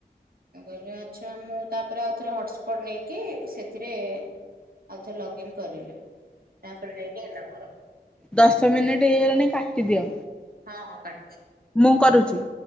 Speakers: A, on the right (about 60°); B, in the centre.
A: ମୁଁ କହିଲି ଆଚ୍ଛା ମୁଁ ତାପରେ ଆଉଥରେ ହ ହସ୍ପଟ୍ ନେଇକି ସେଥିରେ ଆଉଥରେ ଲଗ୍ଇନ୍ କରିଲି। ତାପରେ ଯାଇକି ହେଲା ମୋର।
B: ଦଶ ମିନିଟ୍ ହେଇଗଲାଣି କାଟିଦିଅ।
A: ହଁ ହଁ କାଟୁଛି।
B: ମୁଁ କରୁଛି?